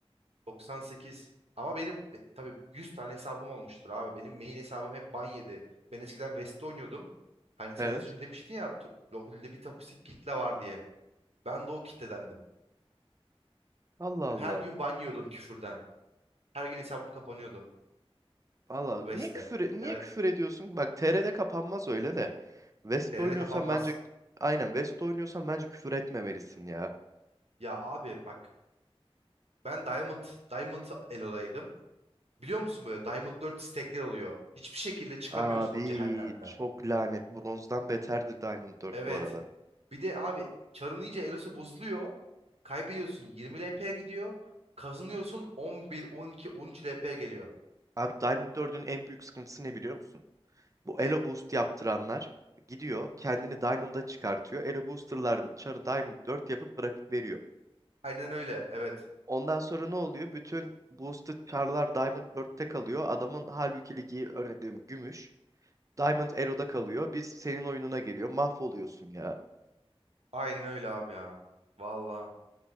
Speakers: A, on the right (about 80°); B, on the right (about 30°).
A: 98. Ama benim be- tabii 100 tane hesabım olmuştur abi. Benim main hesabım hep ban yedi. Ben eskiden West'te oynuyordum. Hani sen
B: Evet.
A: az önce demiştin ya tu- LoL'de bir toksik kitle var diye. Ben de o kitledendim.
B: Allah
A: Ben
B: Allah.
A: her gün ban yiyordum küfürden. Her gün hesabım kapanıyordu.
B: Allah
A: West'te.
B: niye küfür e, niye
A: Evet.
B: küfür ediyorsun? Bak TR'de kapanmaz öyle de. West
A: TR'de
B: oynuyorsan
A: kapanmaz.
B: bence Aynen West oynuyorsan bence küfür etmemelisin ya.
A: Ya abi bak. Ben Diamond, Diamond Elo'daydım. Biliyor musun böyle Diamond 4 stack'ler oluyor. Hiçbir şekilde çıkamıyorsun
B: Abi
A: o cehennemden.
B: çok lanet. Bronzdan beterdir Diamond 4
A: Evet.
B: bu arada.
A: Bir de abi çarın iyice elosu bozuluyor. Kaybediyorsun 20 LP'ye gidiyor. Kazanıyorsun 11, 12, 13 LP'ye geliyor.
B: Abi Diamond 4'ün en büyük sıkıntısı ne biliyor musun? Bu
A: Ne?
B: Elo Boost yaptıranlar gidiyor kendini Diamond'a çıkartıyor. Elo Booster'lar da çarı Diamond 4 yapıp bırakıp veriyor.
A: Aynen öyle. Evet.
B: Ondan sonra ne oluyor? Bütün boosted çarlar Diamond 4'te kalıyor. Adamın halbuki ligi örnek veriyorum gümüş. Diamond Elo'da kalıyor. Biz senin oyununa geliyor. Mahvoluyorsun ya.
A: Aynen öyle abi ya. Valla.